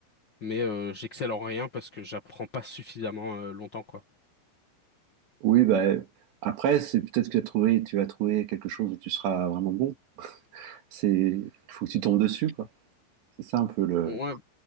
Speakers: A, on the left; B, on the right.
A: Mais euh, j'excelle en rien parce que j'apprends pas suffisamment euh, longtemps, quoi.
B: oui, bah, après, c'est peut-être que tu as trouvé, tu vas trouver quelque chose où tu seras vraiment bon. C'est, il faut que tu tombes dessus, quoi. C'est ça un peu le.
A: Ouais,